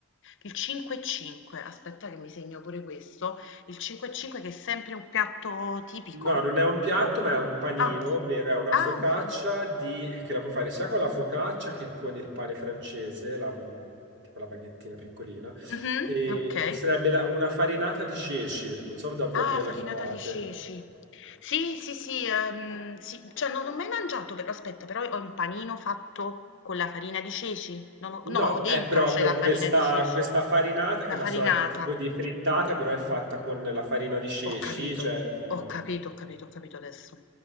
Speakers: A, on the left; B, on the right.
A: Il 5 e 5, aspetta che mi segno pure questo. Il 5 e 5 che è sempre un piatto tipico?
B: No, non è un piatto, ma è un panino,
A: Ah,
B: ovvero è una
A: ah
B: focaccia
A: un pia
B: di... eh, che la puoi fare sia con la focaccia che con il pane francese, la- mm, tipo la baghettina piccolina,
A: mh-mh,
B: e
A: okay.
B: che sarebbe la- una farinata di ceci, non so da voi
A: Ah,
B: come
A: farinata
B: la chiamate.
A: di ceci. Sì, sì, sì, ehm, sì, cioè non ho mai mangiato però aspetta, però ho un panino fatto con la farina di ceci? Non ho
B: No,
A: no, ho dentro
B: è proprio
A: c'è la farina
B: questa,
A: di ceci.
B: questa farinata
A: La
B: che è una
A: farinata.
B: sorta tipo di frittata, però è fatta con la farina di ceci,
A: Ho capito,
B: cioè mh,
A: ho capito, ho capito, ho capito adesso.